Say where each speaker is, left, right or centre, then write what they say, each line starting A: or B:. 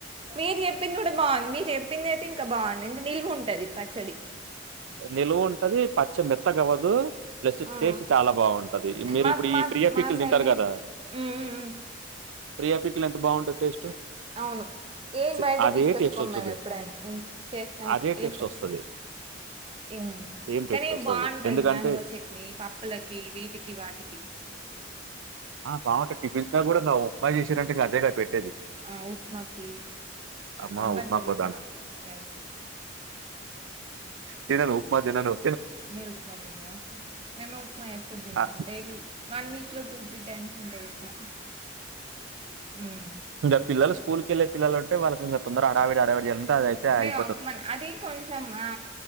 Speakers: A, on the right; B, on the right.
A: మీరు చెప్పింది కూడా బాగుంది మీరు చెప్పింది అయితే ఇంకా బాగుంది ఇంకా నిల్వు ఉంటుంది ఉంటది పచ్చడి
B: నిలువు ఉంటది పచ్చ మెత్తగవ్వదు ప్లస్
A: ఉమ్.
B: టేస్ట్ చాలా బాగుంటది మీరు
A: మాకు
B: ఇప్పుడు
A: మా
B: ఈ ప్రియా పీకులు
A: మా సైడే
B: తింటారు కదా
A: ఉమ్, ఉమ్, ఉమ్.
B: ప్రియా పికెళ్లు ఎంత బాగుంటుంది టేస్ట్
A: అవును ఏ
B: స్
A: బయట
B: అదే
A: తీసుకొచ్చుకోము
B: టేస్ట్ వచ్చుద్ది.
A: మేము ఎప్పుడైనా చేస్తేనే
B: అదే టేస్ట్
A: లేకపో
B: వస్తది.
A: ఇం
B: సేమ్
A: కానీ
B: టేస్ట్ వస్తది.
A: బాగుంటది
B: ఎందుకంటే
A: మ్యాంగో చట్నీ పప్పులకి వీటికి వాటికి
B: ఆ బాగుంట టిఫిన్స్ కూడా ఉప్మాయి చేసారంటే అదేగా పెట్టేది
A: ఆ ఉప్మాకి
B: అమ్మ
A: కంపల్సరి
B: ఉప్మాకో
A: ఉప్మాకి ప్రైస్
B: తిన్నాను ఉప్మా తిన్నాను
A: మీరు ఉప్మా తినారా మేమే ఉప్మా ఎప్పుడు తింటాం
B: అ
A: డైలీ వన్ వీక్ లో టూ త్రీ టైమ్స్ ఉంటాయి ఉప్మా మ్మ్
B: ఇంకా పల్లలు స్కూల్కి వెళ్ళ పిల్లలు అంటే వాళ్ళకి ఇంకా తొందర ఆడావిడి ఆడావిడి చేల అయితేయి
A: మేము
B: అండి
A: ఉప్మా అది కొంచెం ఆ